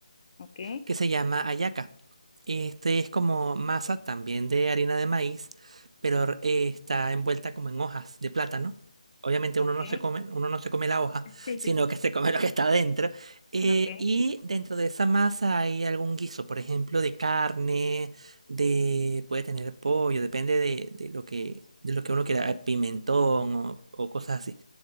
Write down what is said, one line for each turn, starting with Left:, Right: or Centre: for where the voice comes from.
Left: Ok,
Right: que se llama Ayaka. Este es como masa también de harina de maíz, pero eh, está envuelta como en hojas de plátano. Obviamente
Left: ok.
Right: uno no se come, uno no se come la hoja,
Left: Sí,
Right: sino
Left: sí, sí.
Right: que se come lo que está dentro. Eh,
Left: Ok.
Right: y dentro de esa masa hay algún guiso, por ejemplo, de carne, de puede tener pollo, depende de, de lo que de lo que uno quiera, eh, pimentón o, o cosas así.